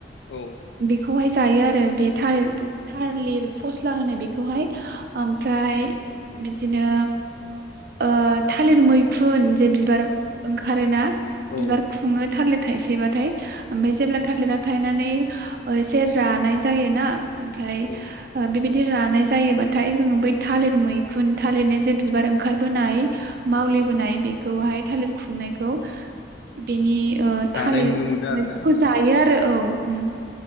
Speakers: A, on the left; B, on the right.
A: औ
B: बेखौहाय जायो आरो आरो बे थालिर
A: औ
B: थालिर फस्ला होनो बिखौहाय ओमफ्राय बिदिनो ओ थालिर मैखुन जे बिबार ओंखारोना
A: औ
B: बिबार खुङो थालिर थायसेबाथाय ओमफ्राय जेब्ला थालिरा थायनानै ओ सेर रानाय जायोना ओमफ्राय
A: औ
B: ओ बेबादि बिदि रानाय जायोबाथाय जोङो बै थालिर मैखुन थालिरनि जे बिबार ओंखारबोनाय मावलिबोनाय
A: औ
B: बेखौहाय थालिर खुंनायखौ बिनि ओ थालिर
A: जानाय नुनो मोनो आरोना
B: मैगंखौ
A: औ
B: जायो आरो औ ओम
A: औ